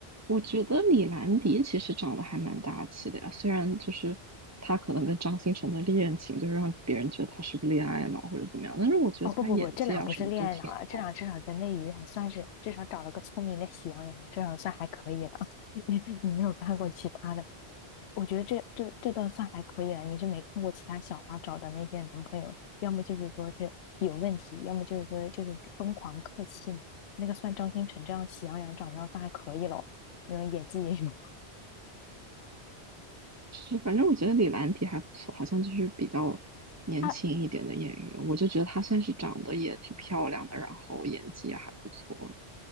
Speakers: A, on the right; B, on the left.
A: 我觉得李兰迪其实长得还蛮大气的呀，虽然就是他可能跟张新成的恋情，就是让别人觉得他是不是恋爱脑或者怎么样，但是我觉得他演技啊什么都挺好。
B: 哦不不不，这俩不是恋爱脑了，这俩至少在内娱还算是至少找了个聪明的喜羊羊，这样算还可以了。<laughs> 你你没有看过其他的，我觉得这这这段算还可以了，你是没看过其他小花找的那些男朋友，要么就是说是有问题，要么就是说就是疯狂客气。那个算张新成这样喜羊羊长相算还可以咯，那种演技也有。
A: 是，反正我觉得李兰迪还不错，好像就是比较年轻一点的演员，
B: 啊。
A: 我就觉得她算是长得也挺漂亮的，然后演技也还不错。